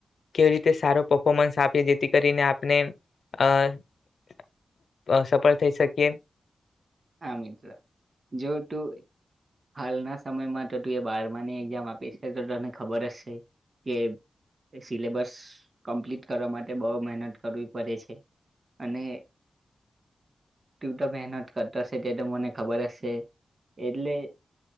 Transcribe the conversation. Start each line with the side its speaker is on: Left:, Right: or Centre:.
Left: કેવી રીતે સારો પર્ફોર્મન્સ આ જેથી કરીને આપને અ સફળ થઈ શકીએ
Right: હ મિત્ર જો ટુ હાલના સમયમાં તો તું એ બારમાની એક્ઝામ આપી છે તો તને ખબર જ શે કે સિલેબસ કમ્પ્લીટ કરવા માટે બોહ મહેનત કરવી પડે છે અને તું તો મહેનત કરતો શે એ તો મને ખબર જ શે એટલે